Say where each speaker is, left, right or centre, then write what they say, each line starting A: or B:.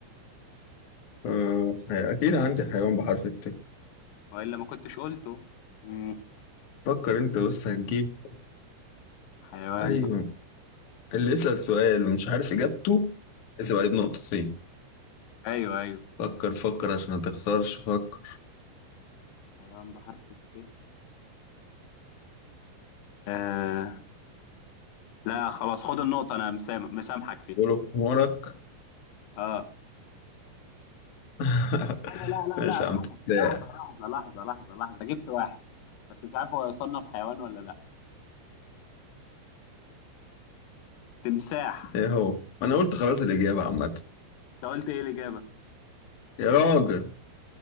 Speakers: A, on the left; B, on the left.
A: آه. اكيد عندي حيوان بحرف الت
B: وإلا ما كنتش قلته مم.
A: فكر انت بس هتجيب
B: حيوان
A: ايوه
B: ب...
A: اللي يسأل سؤال ومش عارف اجابته اسيب عليه بنقطتين
B: ايوه ايوه
A: فكر فكر عشان ما تخسرش فكر
B: حيوان بحرف الت آه. لا خلاص خد النقطة انا مسام... مسامحك فيها
A: قوله بحمارك
B: اه
A: <laughs>
B: انا لا لا
A: ماشي
B: لا
A: يا عم
B: لحظه
A: تبدأ
B: لحظه لحظه لحظه لحظه لحظه جبت واحد بس مش عارف هو يصنف حيوان ولا لا تمساح
A: ايه هو انا قلت خلاص الاجابه عامه
B: انت قلت ايه الاجابه
A: يا راجل